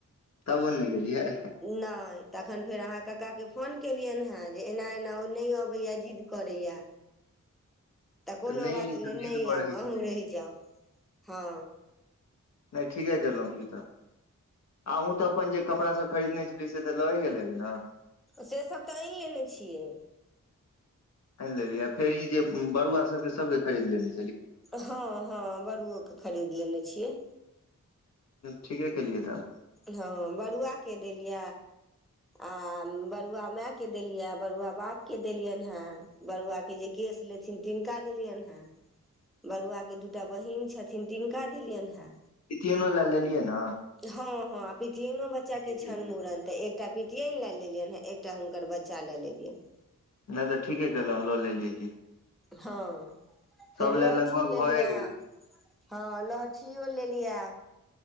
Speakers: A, on the left; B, in the centre.
A: तबो नहि गेलियै
B: नई तखन फेर अहाँ कक्का के फोन केलियनि हेँ जे एना एना ओ नहि अबैए जिद्द करै य तऽ कोनो
A: नहि
B: बात
A: ई सब
B: नई नई
A: जिद करै
B: आउ अहूँ
A: छै
B: रहि जाउ हँ
A: नई ठीके कलहुँ की तऽ अहूँ तऽ अपन जे कपड़ा सब खरीदने छलही से तऽ लय गेल हेबय न
B: से सब तऽ आइन लेने छियै
A: आनि लेली फेर ई जे बरुआ सबके सभके खरीद लेली
B: हँअ् हँअ् बड़ुओके खरीद लेने छियै
A: ठीके केलियए तऽ
B: हँअ बरुआके देलये आ बरुआ माय के देलियै बरुआ बाप के देलियनि ह बरुआ के जे के लेथिन किनका देलियैन ह बरुआ के दूटा बहीन छथिन तिनका देलियनि ह
A: पितिआइनो लए लेलियै न
B: हँ हँ पितिआइनो बच्चा के
A: केलियै
B: छैनि मुड़न ते एकटा पितिआइनल ले एकटा हुनकर बच्चा ल लेलियैन
A: नई तऽ ठीके कैलहु ल लेलिए की
B: हँ
A: सभ
B: फेर
A: लए
B: लहठी
A: लगभग
B: लेलियै
A: भए गेल
B: हँ लहठियो लेलियै